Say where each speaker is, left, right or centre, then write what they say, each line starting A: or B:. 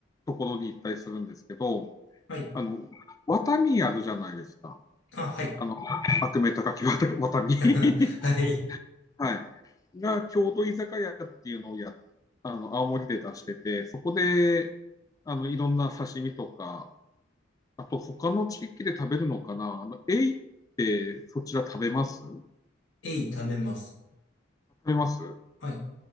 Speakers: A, on the left; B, on the left.
A: ところに行ったりするんですけど、
B: はい、
A: あの、ワタミあるじゃないですか。
B: あ、はい、
A: あの、悪名高きワタワタミ。<laughs>
B: <laughs> はい、
A: はい。が、郷土居酒屋っていうのをや、あの、青森で出してて、そこで、あの、いろんな刺身とか、あと他の地域で食べるのかなあの、エイってそちら食べます食
B: えい、食べます。
A: べます
B: はい